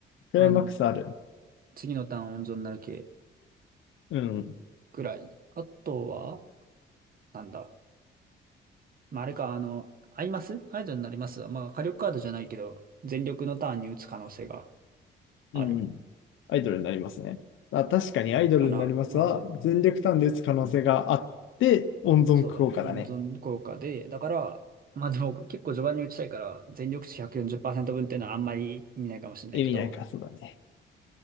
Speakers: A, on the left (about 80°); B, on the right (about 45°).
A: クライマックスある。
B: あの、次のターン温存になる系
A: うん、
B: ぐらい。あとは、なんだ。まあ、あれか、あの、アイマスアイドルになりますわ。まあ、火力カードじゃないけど、全力のターンに打つ可能性がある
A: うん、アイドルになりますね。あ、確かにアイドルになりますは、
B: かな。まあ、そう、
A: 全力ターンで打つ可能性があって、温存効果だね。
B: そうだね。温存効果で、だから、まあでも結構序盤に打ちたいから、全力値140%分っていうのはあんまり意味ないかもしれないけど、
A: 意味ないか、そうだね。